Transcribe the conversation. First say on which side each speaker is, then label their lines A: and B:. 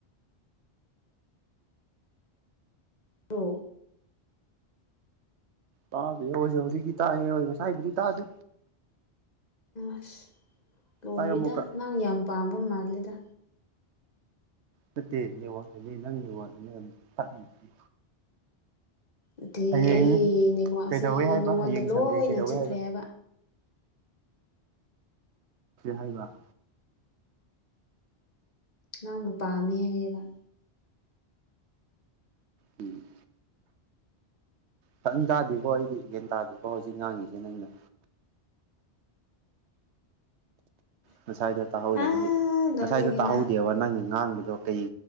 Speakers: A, on the left; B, on the right.
A: ꯕꯣ꯫
B: ꯇꯥꯗꯦ ꯍꯣꯏꯖꯨ ꯍꯧꯖꯤꯛꯇꯤ ꯇꯥꯏ ꯉꯁꯥꯏꯗꯒꯤ ꯇꯥꯗꯦ꯫
A: ꯑꯁ ꯂꯣꯏꯔꯦꯗ
B: ꯇꯥꯏ ꯑꯃꯨꯛꯀ
A: ꯅꯪ ꯌꯥꯝ ꯄꯥꯝꯕ ꯃꯥꯂꯦꯗ꯫
B: ꯅꯠꯇꯦ ꯅꯦꯋꯥꯛꯁꯤꯗꯤ ꯅꯪꯒꯤ ꯅꯦꯋꯥꯛꯖꯤꯅꯤ ꯇꯠꯂꯤꯖꯤ꯫
A: ꯑꯗꯨꯗꯤ
B: ꯍꯌꯦꯡ
A: ꯑꯩꯒꯤ ꯅꯦꯋꯥꯛꯁꯤ
B: ꯀꯩꯗꯧꯋꯦ ꯍꯥꯏꯕ
A: ꯅꯉꯣꯟꯗ
B: ꯍꯌꯦꯡ
A: ꯂꯣꯏꯅ
B: ꯁꯟꯗꯦ ꯀꯩꯗꯧꯋꯦ
A: ꯆꯠꯈ꯭ꯔꯦ ꯍꯥꯏꯕ꯫
B: ꯍꯥꯏꯕ꯫
A: ꯅꯪꯅ ꯄꯥꯃꯦ ꯍꯥꯏꯑꯦꯕ꯫
B: ꯎꯝ꯫ ꯐꯖꯟ ꯇꯥꯗꯦꯀꯣ ꯑꯩꯗꯤ ꯒ꯭ꯌꯥꯟ ꯇꯥꯗꯦꯀꯣ ꯍꯧꯖꯤꯛ ꯉꯥꯡꯉꯤꯖꯦ ꯅꯪꯅ꯫ ꯉꯁꯥꯏꯗꯣ ꯇꯥꯍꯧꯗꯕꯒꯤ
A: ꯑꯥ ꯅꯣꯛꯅꯤꯡꯉꯤꯗ
B: ꯉꯁꯥꯏꯗꯣ ꯇꯥꯍꯧꯗꯦꯕ ꯅꯪꯅ ꯉꯥꯡꯕꯗꯣ ꯀꯩ